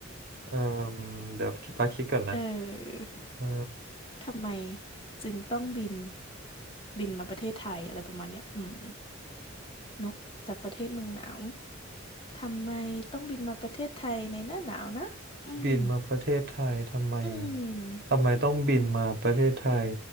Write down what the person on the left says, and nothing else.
เออ
ทำไมจึงต้องบินบินมาประเทศไทยอะไรประมาณเนี้ยอืมนกจากประเทศเมืองหนาวทำไมต้องบินมาประเทศไทยในหน้าหนาวนะอืม
อืม
อืม